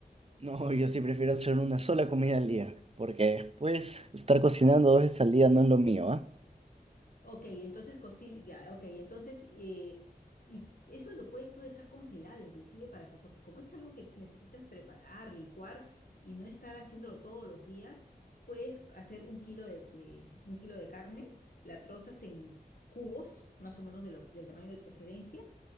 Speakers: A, on the right (about 40°); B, on the left (about 65°).
A: No, yo sí prefiero hacer una sola comida al día, porque después estar cocinando dos veces al día no es lo mío, ¿ah?
B: Ok, entonces cocina, ya, ok, entonces, eh, y eso lo puedes tú dejar congelado inclusive para que, porque como es algo que necesitas preparar, licuar y no estar haciéndolo todos los días, puedes hacer un kilo de, de- un kilo de carne, la trozas en cubos, más o menos de lo- del tamaño de tu preferencia,